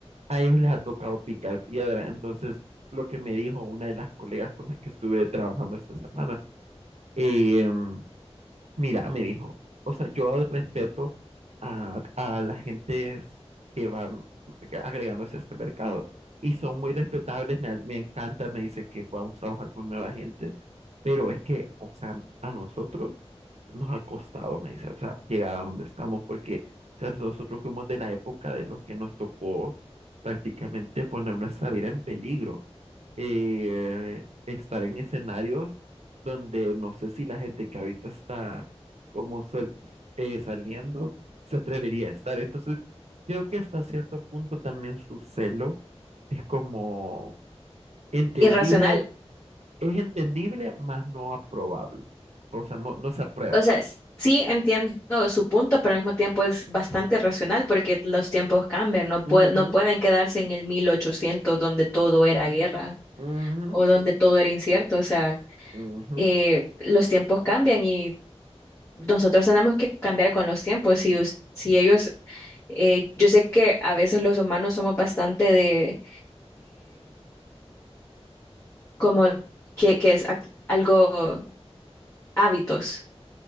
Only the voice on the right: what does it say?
a ellos les ha tocado picar piedra, entonces, lo que me dijo una de las colegas con las que estuve trabajando esta semana, em, Mira, me dijo, o sea, yo respeto a, a las gentes que van agregándose a este mercado y son muy respetables, me, me encanta, me dice que podamos trabajar con nueva gente, pero es que, o sea, a nosotros nos ha costado, me dice, o sea, llegar a donde estamos, porque, o sea, nosotros fuimos de la época de los que nos tocó prácticamente poner nuestra vida en peligro, eh, estar en escenarios donde no sé si la gente que ahorita está como sal- eh, saliendo se atrevería a estar. Entonces, creo que hasta cierto punto también su celo es como entendible,
es entendible, mas no aprobable. O sea, no, no se aprueba.
Ujú,
ujú,
ujú.